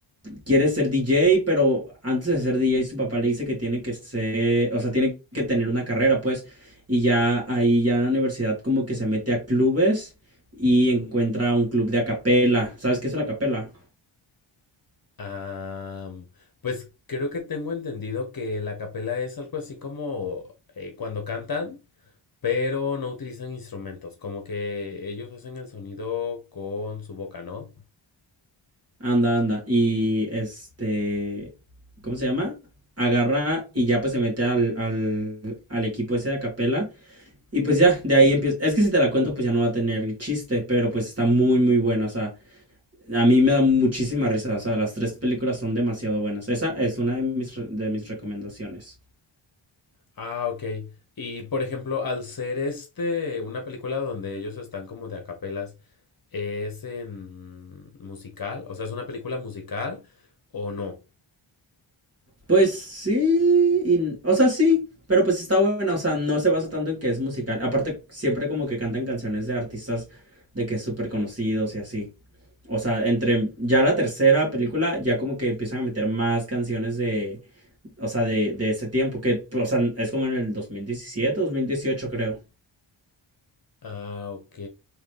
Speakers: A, on the right; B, on the left.
A: quiere ser DJ, pero antes de ser DJ su papá le dice que tiene que ser, o sea, tiene que tener una carrera, pues, y ya ahí ya en la universidad como que se mete a clubes y encuentra un club de acapela. ¿Sabes qué es la acapela?
B: Ah, pues creo que tengo entendido que la capela es algo así como eh, cuando cantan. pero no utilizan instrumentos, como que ellos hacen el sonido con su boca, ¿no?
A: Anda, anda. Y este, ¿cómo se llama? Agarra y ya pues se mete al, al, al equipo ese de acapela. Y pues ya, de ahí empieza. Es que si te la cuento, pues ya no va a tener chiste, pero pues está muy, muy buena. O sea, A mí me da muchísima risa, o sea, las tres películas son demasiado buenas. Esa es una de mis, re- de mis recomendaciones.
B: Ah, ok. Y por ejemplo, al ser este una película donde ellos están como de acapelas, ¿es en musical? O sea, ¿es una película musical o no?
A: Pues sí, y- o sea, sí, pero pues está buena, o sea, no se basa tanto en que es musical. Aparte, siempre como que cantan canciones de artistas de que súper conocidos y así. O sea, entre ya la tercera película, ya como que empiezan a meter más canciones de, o sea, de, de ese tiempo, que, o sea, es como en el 2017, 2018 creo.
B: Ah, ok.